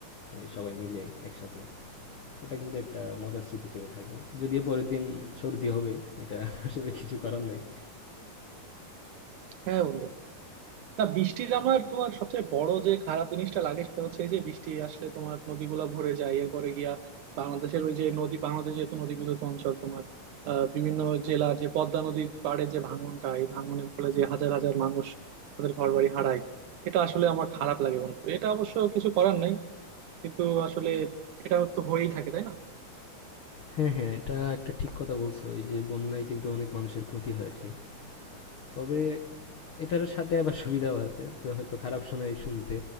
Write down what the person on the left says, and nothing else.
এই সবাই মিলে একসাথে ওটা কিন্তু একটা মজার স্মৃতি হিসেবে থাকে যদিও পরের দিন সর্দি হবে এটা আসলে কিছু করার নাই
হ্যাঁ, হ্যাঁ। এটা একটা ঠিক কথা বলছো। এই যে বন্যায় কিন্তু অনেক মানুষের ক্ষতি হয় আরকি। তবে এটার সাথে আবার সুবিধাও আছে। তো হয়তো খারাপ শোনায় শুনতে।